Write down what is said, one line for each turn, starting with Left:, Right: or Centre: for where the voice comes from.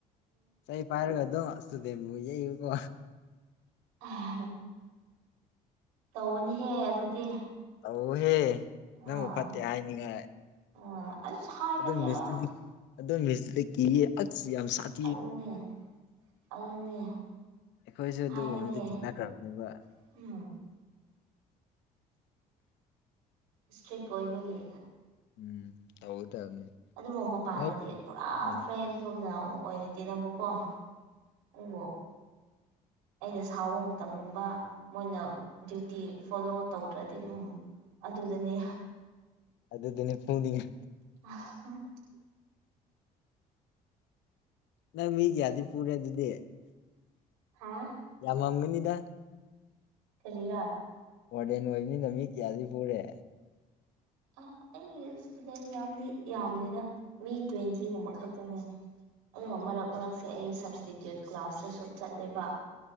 Left: ꯆꯩ ꯄꯥꯏꯔꯒꯗꯣ ꯁꯇꯨꯗꯦꯟꯕꯨ ꯌꯦꯌꯨ ꯀꯣ
Right: ꯑ ꯇꯧꯕꯅꯤꯍꯦ ꯑꯗꯨꯗꯤ
Left: ꯇꯧꯍꯦ ꯅꯪꯕꯨ
Right: ꯑꯥ
Left: ꯐꯠꯇꯦ ꯍꯥꯏꯅꯤꯡꯉꯥꯏ
Right: ꯑ ꯑꯁ ꯍꯥꯏꯕꯅꯦ
Left: ꯑꯗꯨꯝ
Right: ꯑ
Left: ꯃꯤꯁꯇꯨꯗꯤ ꯑꯗꯨꯝ ꯃꯤꯁꯤꯗ ꯀꯤꯌꯦ ꯑꯛꯁ ꯌꯥꯝ ꯁꯥꯠ
Right: ꯑꯗꯨꯅꯦ ꯑꯗꯨꯅꯦ
Left: ꯑꯩꯈꯣꯏꯁꯨ ꯑꯗꯨꯒꯨꯝꯕꯗꯤ
Right: ꯍꯥꯏꯕꯅꯦ
Left: ꯊꯦꯡꯅꯈ꯭ꯔꯕꯅꯦꯕ
Right: <unintelligible> ꯏꯁꯇ꯭ꯔꯤꯛ ꯑꯣꯏꯕꯒꯤ
Left: ꯎꯝ ꯇꯧꯒꯗꯕꯅꯤ
Right: ꯑꯗꯨꯕꯨ ꯃꯄꯥꯟꯗꯗꯤ
Left: ꯅꯣꯏ
Right: ꯄꯨꯔꯥ
Left: ꯑꯥ
Right: ꯐ꯭ꯔꯦꯟꯒꯨꯝꯅ ꯑꯣꯏꯅꯦ ꯇꯤꯅꯕꯀꯣ ꯑꯗꯨꯕꯨ ꯑꯩꯅ ꯁꯥꯎꯕ ꯃꯇꯝꯒꯨꯝꯕ ꯃꯣꯏꯅ ꯗ꯭ꯌꯨꯇꯤ ꯐꯣꯂꯣ ꯇꯧꯗ꯭ꯔꯗꯤ ꯎꯝ ꯑꯗꯨꯗꯅꯤ
Left: ꯑꯗꯨ ꯑꯗꯨꯅꯦ ꯄꯨꯨꯅꯤꯡꯉꯦ
Right: <unintelligible>
Left: ꯅꯪ ꯃꯤꯒꯤꯌꯥꯗꯤ ꯄꯨꯔꯦ ꯑꯗꯨꯗꯤ
Right: ꯍꯥꯥ
Left: ꯌꯥꯝꯃꯝꯒꯅꯤꯗ
Right: ꯀꯔꯤꯔꯥ
Left: ꯋꯥꯔꯗꯦꯟ ꯑꯣꯏꯕꯅꯤꯅ ꯃꯤ ꯀꯌꯥꯗꯤ ꯄꯨꯔꯦ
Right: ꯑ ꯑꯩꯒꯤ ꯏꯁꯇꯨꯗꯦꯟ ꯌꯥꯝꯗꯤ ꯌꯥꯝꯗꯦꯗ ꯃꯤ ꯇ꯭ꯋꯦꯟꯇꯤꯒꯨꯝꯕ ꯈꯛꯇꯅꯦ ꯑꯗꯨꯒ ꯃꯔꯛ ꯃꯔꯛꯁꯦ ꯑꯩ ꯁꯞꯁꯇꯤꯇ꯭ꯌꯨꯠ ꯀ꯭ꯂꯥꯁꯇꯁꯨ ꯆꯠꯂꯦꯕ